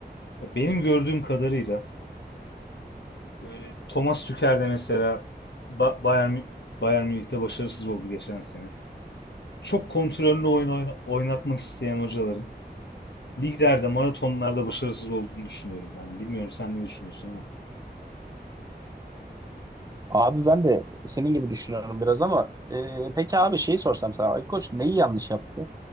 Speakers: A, on the left; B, on the right.
A: Ya Benim gördüğüm kadarıyla böyle Thomas Tuchel de mesela Ba- Bayern, Mü- Bayern Münih'te başarısız oldu geçen sene. Çok kontrollü oyun oyna- oynatmak isteyen hocaların liglerde, maratonlarda başarısız olduğunu düşünüyorum ben. Bilmiyorum sen ne düşünüyorsun ama.
B: Abi ben de senin gibi düşünüyorum biraz ama e, peki abi şeyi sorsam sana Ali Koç neyi yanlış yaptı?